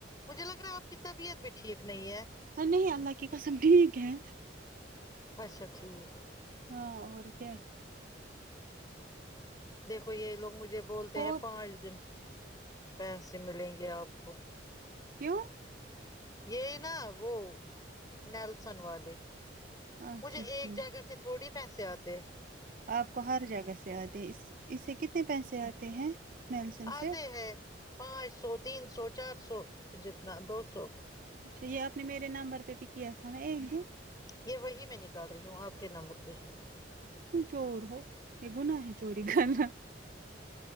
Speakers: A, on the left; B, on the right.
A: مجھے لگ رہا آپ کی طبیعت بھی ٹھیک نہیں ہے
B: ار نہیں اللہ کی قسم ٹھیک ہے
A: اچھا ٹھیک
B: ہاں اور کیا
A: دیکھو یہ لوگ مجھے بولتے ہیں
B: اور
A: پانچ دن پیسے ملیں گے آپ کو
B: کیوں
A: یہی نا وہ نیلسن والے
B: اچھا
A: مجھے ایک
B: ٹھیک
A: جگہ سے تھوڑی پیسے آتے
B: آپ کو ہر جگہ سے آتے اس اس سے کتنے پیسے آتے ہیں نیلسن
A: آتے
B: سے
A: ہیں پانچ سو تین سو چار سو جتنا دو سو
B: اچھا یہ آپ نے میرے نمبر پہ بھی کیا تھا نا ایک
A: یہ وہی میں نکال رہی ہوں آپ کے نمبر پہ ہی
B: ت چور ہو یہ گناہ ہے چوری کرنا